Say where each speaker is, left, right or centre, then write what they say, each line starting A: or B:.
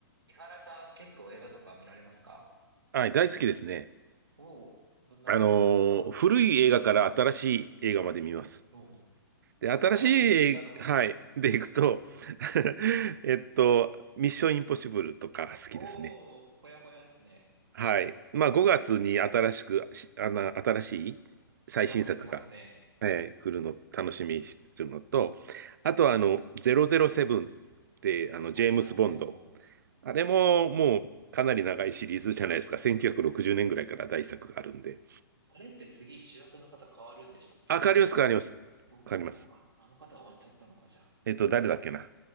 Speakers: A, on the right; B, on the right.
A: 井原さん、結構映画とか見られますか
B: はい、大好きですね。
A: おおー、どんな映画か。
B: あのー古い映画から新しい映画まで見ます。
A: おお、
B: で、
A: ちょっと新しい映画の方で。
B: 新しい、はい、でいくと <laughs> えっと、ミッションインポッシブルとか好きですね。
A: <laughs> おお、ほやほやですね。
B: はい。まあ、5月に新しく、しあの、新しい最新作が、
A: 来ますね、来ますね。
B: えー来るの、楽しみにしてるのと、あとは、あの、007って、あの、
A: おお、
B: ジェームス・ボンド。あれも、もう、かなり長いシリーズじゃないですか。1960年ぐらいから大作があるんで。
A: あれって次主役の方変わるんでしたっけ
B: あ、変わります、変わります。
A: おおー、
B: 変わります。
A: あ、あの方終わっちゃったのか、じゃあ。
B: えっと、誰だっけな。